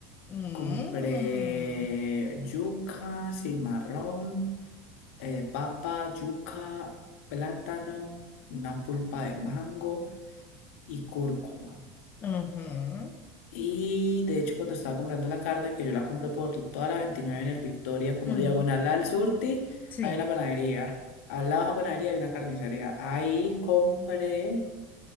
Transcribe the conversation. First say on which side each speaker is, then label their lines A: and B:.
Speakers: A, on the left; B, on the left.
A: mm,
B: compré yuca, cimarrón, eh, papa, yuca, plátano, una pulpa de mango y cúrcuma.
A: Ajá.
B: Y de hecho, cuando estaba comprando la carne, que yo la compro por toda la 29 en el Victoria, como
A: ujú,
B: diagonal al Surti,
A: Sí.
B: hay una panadería. Al lado de la panadería hay una carnicería. Ahí compré,